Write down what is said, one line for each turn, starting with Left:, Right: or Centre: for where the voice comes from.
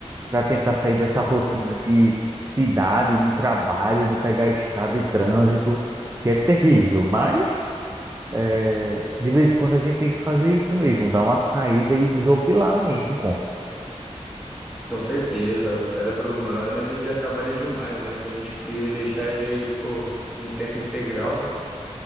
Right: Para tentar sair dessa rotina
Centre: Sim,
Right: de cidade, de trabalho, de pegar estrada e trânsito, que é terrível. Mas eh, de vez em quando a gente tem que fazer isso mesmo, dar uma saída e desopilar a mente, pô.
Centre: com certeza, o cérebro humano ele já trabalha demais, né? Se a gente fi- deixar ele aí, pô, em tempo integral.